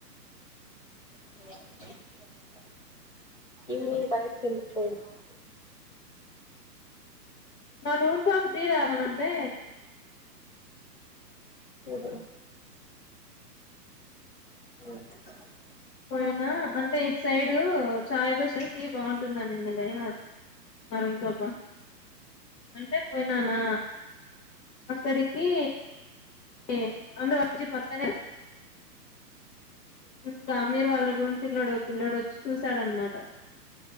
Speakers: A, on the left (about 35°); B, on the left (about 70°).
A: <unintelligible> ఈవినింగ్ బయటికి ఎందుకు పోయినావ్
B: మా రూమ్ పాపా టీ తాగుదాం అంటే
A: ఏదో అ <inaudible>
B: పోయినా అంటే ఇట్సైడు చాయ్ బస్ అని టీ బాగుంటుందని ఇన్నలయ <unintelligible> మరో పాపా అంటే పోయినానా
A: ఉమ్
B: అక్కడికి ఏ ఆమె వచ్చి పక్కనే ఇంకా మీరు వాళ్ళ పిల్లోడు పిల్లోడు చూస్ సడన్నమాట